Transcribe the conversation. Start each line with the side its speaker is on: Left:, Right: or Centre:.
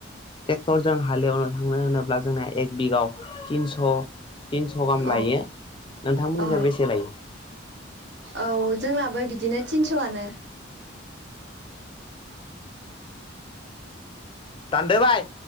Left: ट्रेक्टरजों हालेवनो थांनो होनोब्ला जोंना एक बिगाव तिनस तिनस गाहाम
Right: औ
Left: लायो नोंथांमोननिजा
Right: औ
Left: बेसे लायो
Right: औ जोंनाबो बिदिनो थिनसआनो
Left: दानदो बाय